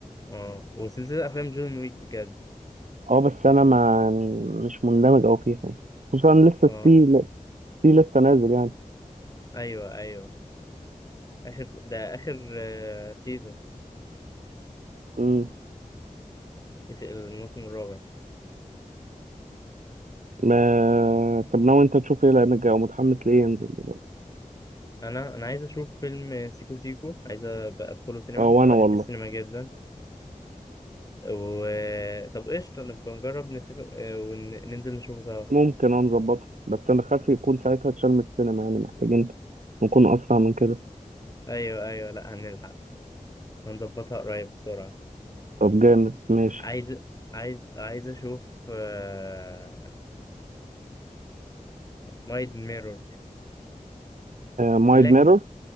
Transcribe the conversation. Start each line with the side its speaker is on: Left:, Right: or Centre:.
Left: اه وسلسله افلام جون ويك بجد
Right: اه بس انا ما يعني مش مندمج أوي فيها يعني. خصوصا لسه
Left: اه
Right: في في لسه نازل يعني
Left: ايوه ايوه اخر ده اخر آه، سيزون
Right: امم
Left: الس- الموسم الرابع
Right: ما طب ناوي انت تشوف ايه لانك او متحمس ليه ينزل دلوقتي
Left: انا انا عايز اشوف فيلم سيكو سيكو عايز ابقى ادخله سينما
Right: اه وانا
Left: انا بحب
Right: والله
Left: السينما جدا و طب قشطه نبقى نجرب نتفق آه، وننزل نشوفه سوا
Right: ممكن انا نظبطها بس انا خايف يكون ساعتها اتشال من السينما يعني محتاجين نكون اسرع من كده
Left: ايوه ايوه لا هنلحق هنظبطها قريب بسرعه
Right: طب جامد ماشي
Left: عايز عايز عايز اشوف آه، نايت ميرور
Right: مايد
Left: بلاك
Right: ميرور